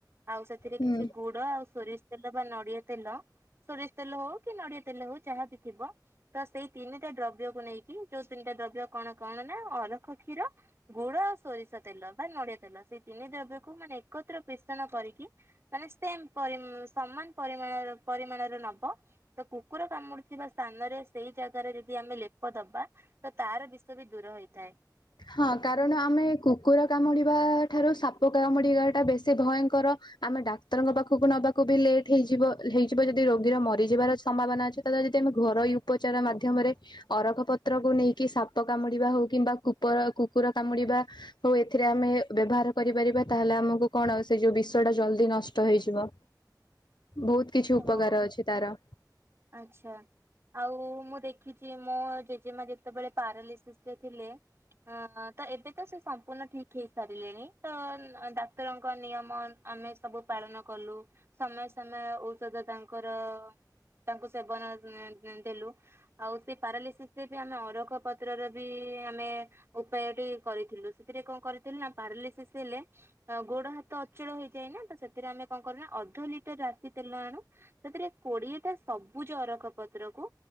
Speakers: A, on the right; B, on the left.
A: ଆଉ ସେଥିରେ
B: ହୁଁ
A: କିଛି ଗୁଡ ଆଉ ସୋରିସ୍ ତେଲ ବା ନଡିଆ ତେଲ ସୋରିଷ ତେଲ ହଉ କି ନଡିଆ ତେଲ ହଉ ଯାହା ବିି ଥିବ ତ ସେଇ ତିନିଟା ଦ୍ରବ୍ୟକୁ ନେଇକି ଯୋଉ ତିନିଟା ଦ୍ରବ୍ୟ କଣ କଣ ନା ଅରଖ କ୍ଷୀର ଗୁଡ ଆଉ ସୋରିଷ ତେଲ ବା ନଡିଆ ତେଲ ସେଇ ତିନି ଦ୍ରବ୍ୟକୁ କୁ ମାନେ ଏକତ୍ର ପେଷଣ କରିକି ମାନେ ସେମ୍ ପରିମ୍ ସମାନ ପରିମାଣର ପରିମାଣର ନବ ତ କୁକୁର କାମୁଡିୁଥିବା ସ୍ଥାନରେ ସେଇ ଜାଗାରେ ଯଦି ଆମେ ଲେପ ଦବା ତ ତାର ବିଷ ବି ଦୂର ହେଇଥାଏ।
B: ହଁ କାରଣ ଆମେ କୁକୁର କାମୁଡିବା ଠାରୁ ସାପ କାମୁଡିବା ଟା ବେଶୀ ଭୟଙ୍କର ଆମେ ଡାକ୍ତରଙ୍କ ପାଖକୁ ନବାକୁ ବି ଲେଟ୍ ହେଇଯିବ ହେଇଯିବ ଯଦି ରୋଗୀର ମରିଯିବାର ସମ୍ଭାବନା ଅଛି ତ ଯଦି ଆମେ ଘରୋଇ ଉପଚାର ମାଧ୍ୟମରେ ଅରଖ ପତ୍ରକୁ ନେଇକି ସାପ କାମୁଡିବା ହଉ କିମ୍ବା କୁକ୍ ର କୁକୁର କାମୁଡିବା ହଉ ଏଥିରେ ଆମେ ବ୍ୟବହାର କରିପାରିବା ତାହେଲେ ଆମକୁ କଣ ସେ ଯୋଉ ବିଷ ଟା ଜଲଦି ନଷ୍ଟ ହେଇଯିବ। ବହୁତ୍ କିଛି ଉପକାର
A: ହଁ।
B: ଅଛି ତାର।
A: ଆଚ୍ଛା। ଆଉ ମୁଁ ଦେଖିଛି ମୋ ଜେଜେମା ଯେତେବେଳେ ପାରାଲିସିସ୍ ରେ ଥିଲେ ଅ ତ ଏବେ ତ ସେ ସମ୍ପୂର୍ଣ୍ଣ ଠିକ ହେଇ ସାରିଲେଣି ତ ଡାକ୍ତରଙ୍କ ନିୟମ ଆମେ ସବୁ ପାଳନ କଲୁ ସମୟ ସମୟ ଔଷଧ ତାଙ୍କର ତାଙ୍କୁ ସେବନ ନ ଦେଲୁ ଆଉ ସେ ପାରାଲିସିସ ରେ ବି ଆମେ ଅରଖ ପତ୍ରର ବି ଆମେ ଉପାୟଟି କରିଥିଲୁ ସେଥିରେ କଣ କରିଥିଲୁ ନା ପାରାଲିସିସ୍ ହେଲେ ଗୋଡ ହାତ ଅଚଳ ହେଇଯାଇଏନା ତ ସେଥିରେ ଆମେ କଣ କରୁନା ଅଧ ଲିଟର ରାଶି ତେଲ ଆଣୁ ସେଥିରେ କୋଡିଏଟା ସବୁଜ ଅରଖ ପତ୍ରକୁ